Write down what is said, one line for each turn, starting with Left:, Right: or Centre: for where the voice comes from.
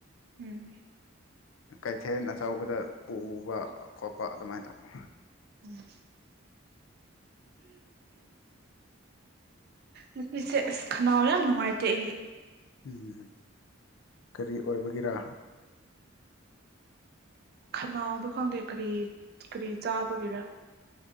Right: ꯎꯝ
Left: ꯀꯩꯊꯦꯟ ꯑꯆꯧꯕꯗ ꯄꯨꯕ ꯈꯣꯠꯄ ꯑꯗꯨꯃꯥꯏꯅ ꯇꯧꯋ
Right: ꯎꯝ ꯉꯄꯤꯁꯦ ꯑꯁ ꯈꯅꯥꯎ ꯌꯥꯝ ꯅꯨꯡꯉꯥꯏꯇꯦ ꯑꯩꯒꯤ
Left: ꯎꯝ ꯀꯔꯤ ꯑꯣꯏꯕꯒꯤꯔꯥ
Right: ꯈꯅꯥꯎꯗꯣ ꯈꯪꯗꯦ ꯀꯔꯤ ꯀꯔꯤ ꯆꯥꯕꯒꯤꯔ